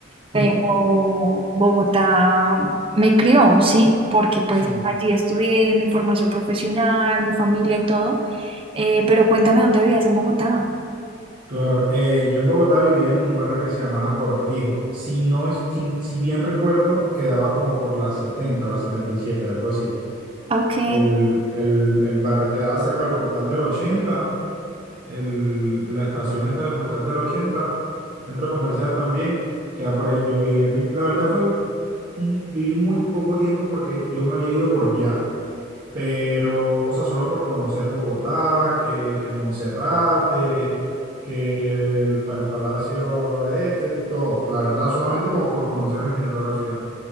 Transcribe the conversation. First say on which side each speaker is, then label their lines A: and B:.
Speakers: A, on the right (about 45°); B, on the right (about 25°).
A: Sí,
B: pero Bogotá me crió, ¿sí? Porque pues
A: sí,
B: allí estudié mi formación profesional, mi familia y todo. Eh, pero cuéntame dónde vivías en Bogotá.
A: claro. Eh, yo en Bogotá vivía en un barrio que se llamaba Cortijo. Si no es, si, si bien recuerdo, quedaba como por las setenta las setenta y siete algo así.
B: Ah, Ok,
A: El, el, el barrio quedaba cerca del portal del ochenta el, la estación esta del Portal del ochenta centro comercial también, queda por ahí. Yo viví, la verdad fue, un- viví muy poco tiempo porque yo me había ido por viaje, pero, o sea, solo por conocer Bogotá, que, que Monserrate, que el, pa- el Palacio este, todo. La verdad, solamente como por conocer en general la ciudad.